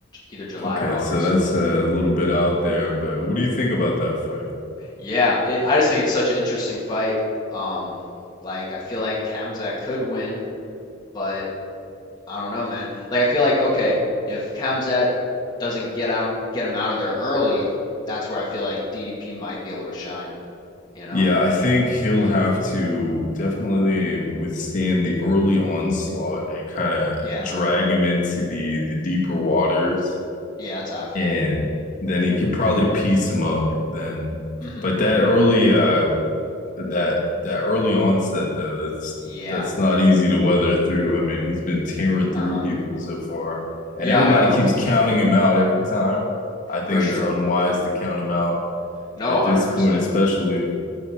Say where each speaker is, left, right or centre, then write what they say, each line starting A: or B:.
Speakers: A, on the left (about 20°); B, on the left (about 40°).
A: either July
B: Okay,
A: or August,
B: so that's
A: but
B: a little bit out there, but what do you think about that fight?
A: yeah, it, I just think it's such an interesting fight. Um like I feel like Khamzat could win, but I don't know, man. Like I feel like okay, if Khamzat doesn't get out get him out of there early, that's where I feel like DDP might be able to shine, you know?
B: Yeah, I think he'll have to definitely withstand the early onslaught and kind of
A: Yeah.
B: drag him into the the deeper waters.
A: Yeah, that's how I feel.
B: and then he could probably piece him up then.
A: Mhm.
B: But that early uh that that early onset though, that's
A: Yeah.
B: that's not easy to weather through. I mean, he's been tearing through
A: Uh-huh.
B: people so far, and
A: Yeah,
B: everybody
A: I know,
B: keeps counting him out every time. I think
A: for sure.
B: it's unwise to count him out
A: No,
B: at
A: 100%.
B: this point, especially.